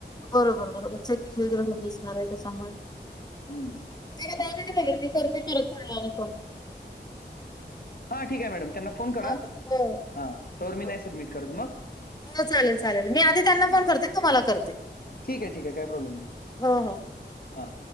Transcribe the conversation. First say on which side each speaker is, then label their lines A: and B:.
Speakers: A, on the left; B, on the left.
A: बरोबर बरोबर चेकिंग वगैरे होत असणार आहे त्याच्यामुळे,
B: हम्म.
A: तयारी मी करते त्याला थोड्या वेळाने फोन,
B: हा ठीक आहे मॅडम. त्यांना फोन करा
A: हो, हो,
B: हा तोवर मी
A: हो.
B: नाही सबमिट करत मग,
A: हो चालेल चालेल मी आधी त्यांना
B: हा
A: फोन करते न तुम्हाला करते
B: ठीक आहे ठीक आहे काय प्रॉब्लेम नाही
A: हो हो,
B: हा,